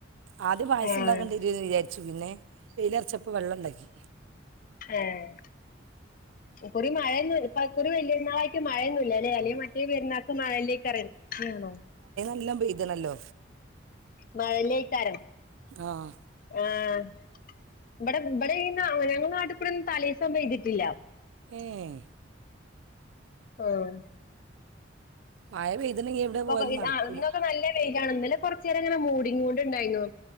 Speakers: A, on the right; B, on the left.
A: ആദ്യം പായസം
B: ആഹ്
A: ഉണ്ടാക്കണ്ടേന്ന് വിചാരിച്ചു പിന്നെ വെയിലറച്ചപ്പപ്പോ വെള്ളം ഉണ്ടാക്കി.
B: ഏഹ് ഇകൊറി മഴന്നു ഇക്കുറി വലിയരുന്നാളായിട്ട് മഴയൊന്നുല്ലല്ലേ അല്ലെങ്കി മേറ്റേ പെരുന്നാൾക്ക് മഴന്നേക്കാരംന്ന്.
A: നല്ലം പെയ്തണല്ലോ.
B: മഴല്ലേക്കാരം
A: ആഹ്
B: ആഹ് ഇബടെ ഇബടെ ഈന്നാ അങ്ങനേന്നും നാട്ടിക്കൂടെ ഒന്നും തലേസം പെയ്തിട്ടില്ല
A: ഏഹ്
B: ആഹ്
A: മഴ പെയ്ത് ണെങ്കി എവിടെ
B: ഇപ്പൊക്കെ
A: പോവലും നട്ക്കൂല
B: ആഹ് ഇന്നൊക്കെ നല്ല വെയിലാണ് ഇന്നലെ കൊറച്ചേരങ്ങനെ മൂടീക്കൂണ്ട്ണ്ടായ്രുന്നു